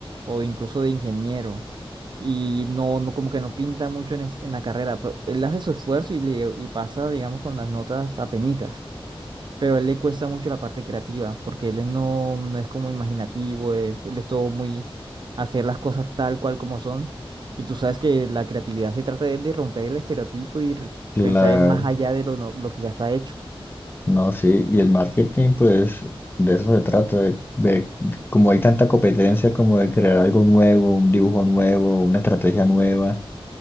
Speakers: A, on the right; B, on the left.
A: o de incluso de ingeniero. Y no, no, como que no pinta mucho en, es- en la carrera. Pero él hace su esfuerzo y, le, y pasa, digamos, con las notas apenitas pero a él le cuesta mucho la parte creativa, porque él es no, no es como imaginativo, él, él es todo muy hacer las cosas tal cual como son. Y tú sabes que la creatividad se trata de, de romper el estereotipo y r-
B: Claro,
A: pensar en más allá de lo, no- lo que ya está hecho.
B: no, sí, y el marketing pues de eso se trata, de, de- como hay tanta competencia como de crear algo nuevo, un dibujo nuevo, una estrategia nueva.